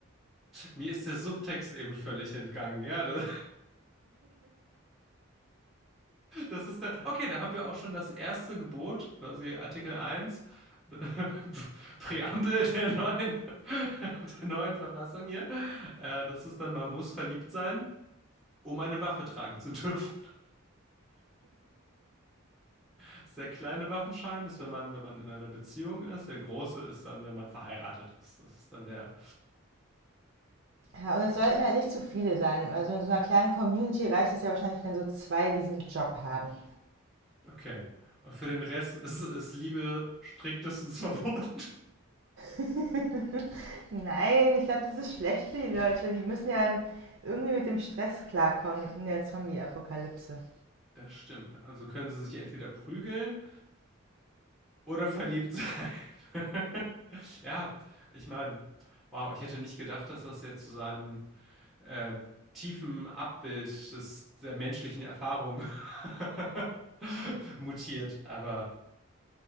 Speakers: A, in the centre; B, on the right.
A: mir ist der Subtext eben völlig entgangen. Ja, da Das ist dann, okay, da haben wir auch schon das erste Gebot, quasi Artikel eins <laughs> Präambel der neuen, <laughs> der neuen Verfassung hier. Äh, das ist dann, man muss verliebt sein, um eine Waffe tragen zu dürfen. <laughs> Das ist der kleine Waffenschein ist, wenn man, wenn man in einer Beziehung ist. Der große ist dann, wenn man verheiratet ist. Das ist dann der,
B: Ja, und es sollten halt nicht zu viele sein. Also in so einer kleinen Community reicht es ja wahrscheinlich, wenn so zwei diesen Job haben.
A: okay. Und für den Rest ist, ist Liebe striktestens verboten. <laughs>
B: <laughs> Nein, ich glaube, das ist schlecht für die Leute. Die müssen ja irgendwie mit dem Stress klarkommen in der Zombie-Apokalypse.
A: Das stimmt. Also können sie sich entweder prügeln Oder verliebt sein. <laughs> Ja, ich meine, wow, ich hätte nicht gedacht, dass das jetzt zu seinem ähm, tiefen Abbild des, der menschlichen Erfahrung <laughs> mutiert. Aber